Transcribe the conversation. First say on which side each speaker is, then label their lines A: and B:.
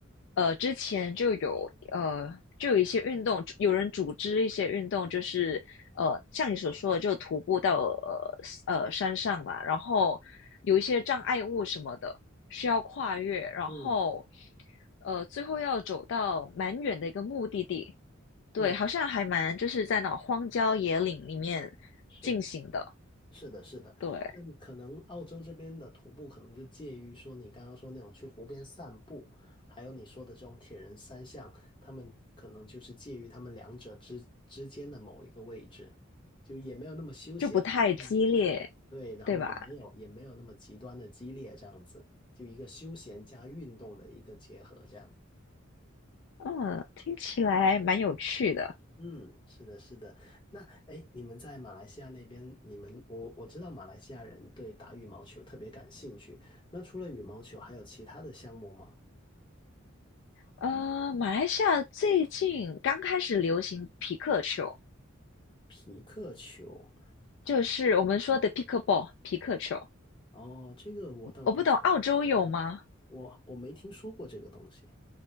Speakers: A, on the left; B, on the left.
A: 呃，之前就有呃，就有一些运动，有人组织一些运动，就是呃，像你所说的，就徒步到呃呃山上嘛，然后有一些障碍物什么的需要跨越，然后
B: 嗯
A: 呃，最后要走到蛮远的一个目的地。对，
B: 嗯，
A: 好像还蛮就是在那种荒郊野岭里面
B: 是
A: 进行的。
B: 是的，是的，
A: 对，
B: 那可能澳洲这边的徒步可能就介于说你刚刚说那种去湖边散步，还有你说的这种铁人三项，他们可能就是介于他们两者之之间的某一个位置，就也没有那么休闲。
A: 就不太激烈，
B: 嗯对，然后也没有也没有那么极端的激烈，
A: 对吧？
B: 这样子，就一个休闲加运动的一个结合，这样。
A: 嗯，听起来蛮有趣的。
B: 嗯，是的，是的。那哎，诶你们在马来西亚那边，你们我我知道马来西亚人对打羽毛球特别感兴趣。那除了羽毛球，还有其他的项目吗？
A: 呃，马来西亚最近刚开始流行皮克球，
B: 皮克球，
A: 就是我们说的 p i c k l b a l l 皮克球。
B: 哦，这个我倒不是，
A: 我不懂澳洲有吗？
B: 我我没听说过这个东西。